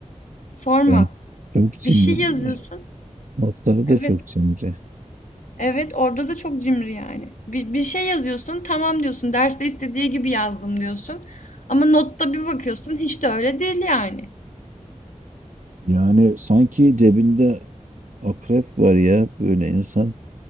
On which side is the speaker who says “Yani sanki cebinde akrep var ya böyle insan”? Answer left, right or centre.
Right